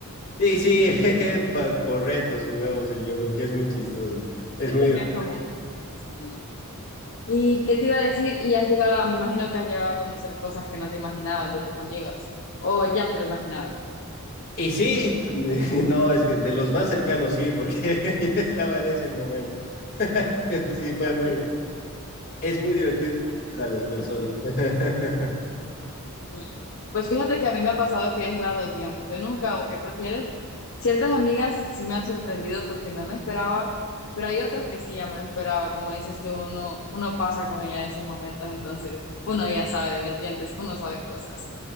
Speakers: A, on the left; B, on the left.
A: Y sí, <laughs> pa- por retos jugamos el yo nunca, es muy chistoso, es
B: Siento
A: muy divertido.
B: que es como intenso, ¿no? ¿Y qué te iba a decir? Y has llegado, a- me imagino que has llegado a conocer cosas que no te imaginabas de tus amigos, o ya te lo imaginabas.
A: Y sí, <laughs> no, es que de los más cercanos sí, porque <laughs> ya estaba en ese momento. <laughs> Pero sí, fue
B: Ok.
A: muy, es muy divertido para las personas.
B: Ok.
A: <laughs>
B: Sí. Pues fíjate que a mí me ha pasado que he jugado, digamos, yo nunca, o qué prefieres, ciertas amigas sí me han sorprendido porque no me esperaba, pero hay otras que sí ya me lo esperaba, como dices tú, uno, uno pasa con ella en esos momentos, entonces uno ya sabe, ¿me entiendes? Uno sabe cosas.